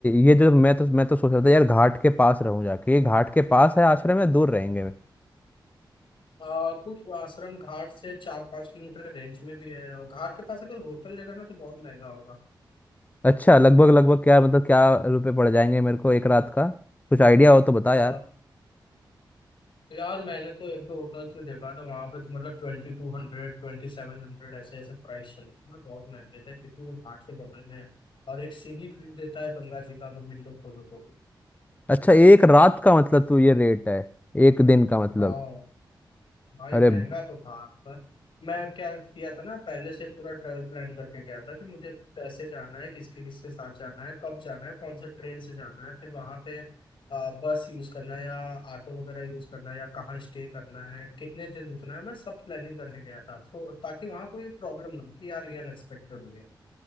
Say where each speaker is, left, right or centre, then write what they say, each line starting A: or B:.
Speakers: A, on the left; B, on the left.
A: ये जो मैं तो मैं तो सोच रहा था यार घाट के पास रहूं जाके ये घाट के पास है आश्रम या दूर रहेंगे
B: आ, कुछ आश्रम घाट से चार पाँच किलोमीटर के रेंज में भी है और घाट के पास अगर होटल लेगा ना तो बहुत महंगा होगा
A: अच्छा लगभग लगभग क्या मतलब क्या रुपए पड़ जाएंगे मेरे को एक रात का कुछ आइडिया हो तो बता
B: आ,
A: यार
B: यार मैंने तो एक दो होटल्स में देखा था वहाँ पे तो मतलब ट्वेंटी टू हंड्रेड ट्वेंटी सेवन हंड्रेड ऐसे ऐसे प्राइस चल रहे थे मतलब बहुत महंगे थे क्योंकि वो घाट के बगल में है और एक सीनिक व्यू देता है गंगा जी का तो वीडियो खोलो तो
A: अच्छा एक रात का मतलब तू ये रेट है एक दिन का मतलब
B: हाँ भाई
A: अरे
B: महंगा
A: ब-
B: तो था पर मैं क्या किया था ना पहले से पूरा ट्रेवल प्लान करके गया था कि मुझे कैसे जाना है किसके किसके साथ जाना है कब जाना है कौन से ट्रेन से जाना है फिर वहां पे आ, बस यूज करना है या ऑटो वगैरह यूज करना है या कहाँ स्टे करना है कितने दिन रुकना है मैं सब प्लानिंग करके गया था तो ताकि वहाँ कोई प्रॉब्लम ना हो कि यार ये अनएक्सपेक्टेड हो